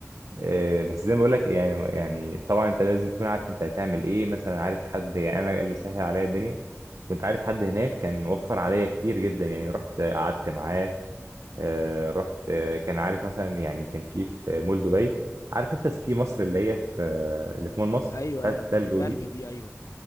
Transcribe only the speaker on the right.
آه، بس زي ما بقول لك يعني يعني طبعا انت لازم تكون عارف انت هتعمل ايه مثلا عارف حد يعني انا اللي سهل عليا الدنيا كنت عارف حد هناك كان وفر عليا كتير جدا يعني رحت قعدت معاه آه، رحت آه، كان عارف مثلا يعني كان في في مول دبي عارف انت سكي مصر اللي هي في آه، اللي في مول مصر
بتاعت
التلج
ودي